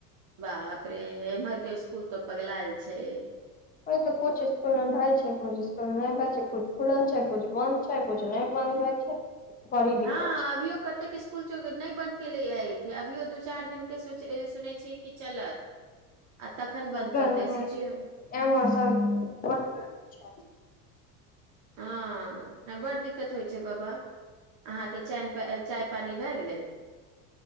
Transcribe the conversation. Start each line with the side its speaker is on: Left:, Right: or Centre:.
Right: बाह अपरे एमर के स्कूल तऽ पगला छै
Left: ओहि तऽ कु इसकुलमे भए छै कु इसकुलमे नहि भए छै कुछ खुलल छै कु बंन्द छै कुछु नहि बंन्द भए छै बड़ी
Right: हँ
Left: दिक्कत छै
Right: अभियो कतेक स्कुल नहि बनत के ले अछि अभियो दू चार दिन के सुनै छी कि चलत आ तखन बंद
Left: गरमी
Right: करतै सोचियौ
Left: एमे स ब गरमी छै
Right: हँ बड्ड दिक्कत होइ छै बाबा अहाँके च चाय पानि भए गेलै